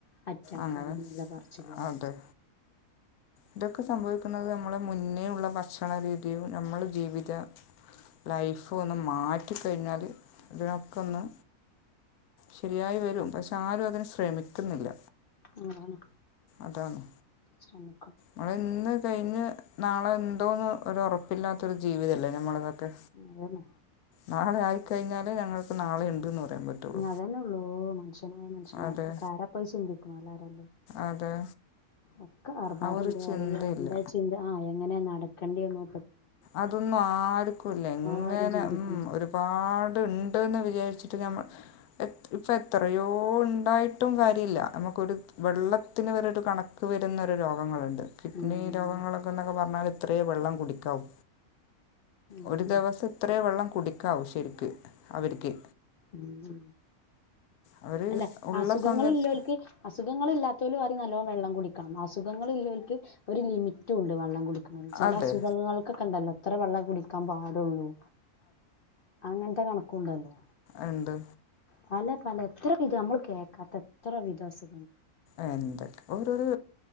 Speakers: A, on the left (about 50°); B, on the left (about 75°).
A: അറ്റാക്കാണെന്നുള്ള
B: അങ്ങനെ
A: പറച്ചിലും ആണ്
B: അതെ ഇതൊക്കെ സംഭവിക്കുന്നത് മുന്നേ ഉള്ള ഭക്ഷണ രീതി നമ്മള് ജീവിത ലൈഫ് ഒന്നു മാറ്റിക്കഴിഞ്ഞാല് അതിനൊക്കെ ഒന്ന് ശരിയായി വരും പക്ഷെ ആരും അതിന് ശ്രമിക്കുന്നില്ല
A: അതാണ്
B: അതാണ്
A: ശ്രമ
B: നമ്മള് ഇന്ന് കഴിഞ്ഞ് നാളെ ഉണ്ടോന്ന് ഒരു ഉറപ്പില്ലാത്ത ഒരു ജീവിതം അല്ലേ നമ്മളിതൊക്കെ
A: അതന്നെ
B: നാളെ <unintelligible> കഴിഞ്ഞാൽ ഞങ്ങൾക് നാളെ ഇൻഡ് എന്ന് പറയാൻ പറ്റുള്ളൂ
A: അതന്നെ ഉള്ളൂ മനുഷ്യന മനുഷ്യമാർക്ക്
B: അതെ
A: കാര പൈ ചിന്തി ക്ക് ണേല്ലാരാ ഇല്ലേയ്
B: അതെ
A: ഒക്കെ ആർഭാടവു
B: ആ ഒരു
A: ഇതും
B: ചിന്തയില്ല
A: അയി <unintelligible> അങ്ങനെ നടക്കണ്ടി വന്നോ
B: അതൊന്നും ആർക്കുല്ല എങ്ങനെ
A: ആരും ചിന്തിക്കുന്നില്ലല്ലോ
B: ഉം ഒരുപാ ഉണ്ടെന്ന് വിചാരിച്ചിട്ട് നമ്മൾ ഇപ്പം എത്രയോ ഉണ്ടായിട്ടും കാര്യമില്ല നമുക്കൊരു വെള്ളത്തിന് വരെ ഒരു കണക്ക് വരുന്നരു രോഗങ്ങളുണ്ട് കിഡ്നി
A: ഉം
B: രോഗങ്ങളൊക്കെ എന്നൊക്കെ പറഞ്ഞൽ ഇത്രയേ വെള്ളം കുടിക്കാവു
A: അതന്നെ
B: ഒരു ദിവസം ഇത്രയും വെള്ളം കുടികവോ ശെരിക്ക് അവർക്ക്
A: ഉം
B: അവർ
A: അല്ല
B: ഉള്ള
A: അസുഖങ്ങള്
B: സമയത്ത്
A: ഇല്ലോൽക് അസുഖങ്ങ ഇല്ലാത്തവരും പറയൂ നല്ലോ വെള്ളം കുടിക്കണം അസുഖങ്ങളില്ലോർക്ക് ഒരു ലിമിറ്റ് ഉണ്ട് വെള്ളം കുടി ചെല
B: അതെ
A: അസുഖങ്ങൾക്കൊക്ക ണ്ടല്ലോ ഇത്ര വള്ള കുടിക്കാൻ പാടുള്ളൂ അങ്ങ ത കണക്കുണ്ടല്ലോ
B: ഇണ്ട്
A: പല പലെ എത്ര വിധം നമ്മൾ കേൾക്കാത്ത എത്ര വിധം അസു
B: എന്തൊ ഓരോരു